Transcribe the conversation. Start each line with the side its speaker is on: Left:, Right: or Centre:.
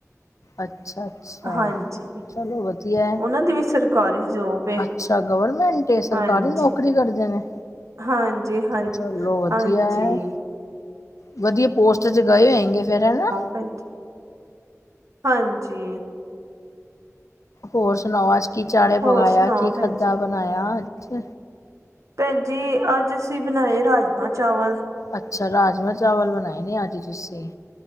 Left: ਅੱਛਾ। ਅੱਛਾ।
Right: ਹਾਂਜੀ।
Left: ਚਲੋ ਵਧੀਆ ਐ,
Right: ਉਹਨਾਂ ਦੀ ਵੀ ਸਰਕਾਰੀ ਜੋਬ ਏ
Left: ਅੱਛਾ, ਗਵਰਮੈਂਟ? ਤੇ ਸਰਕਾਰੀ
Right: ਹਾਂਜੀ
Left: ਨੌਕਰੀ ਕਰਦੇ ਨੇ?
Right: ਹਾਂਜੀ ਹਾਂ
Left: ਚਲੋ ਵਧੀਆ
Right: ਹਾਂਜੀ।
Left: ਹੈ ਵਧੀਆ ਪੋਸਟਰ ਚ ਗਏ ਹੈਂਗੇ ਫੇਰ ਹੈ ਨਾ।
Right: ਪੇਂਟ, ਹਾਂਜੀ।
Left: ਹੋਰ ਸੁਣਾਓ ਅੱਜ ਕੀ ਚਾੜਿਆ,
Right: ਹੋਰ
Left: ਪਕਾਇਆ,
Right: ਸੁਣਾਓ
Left: ਕੀ
Right: ਭੈਣ
Left: ਖਾਦਾ
Right: ਜੀ।
Left: ਬਣਾਇਆ ਅੱਜ?
Right: ਭੈਣਜੀ ਅੱਜ ਅਸੀ ਬਣਾਏ ਰਾਜਮਾ ਚਾਵਲ।
Left: ਅੱਛਾ ਰਾਜਮਾਂ-ਚਾਵਲ ਬਣਾਏ ਨੇ ਅੱਜ ਤੁਸੀਂ,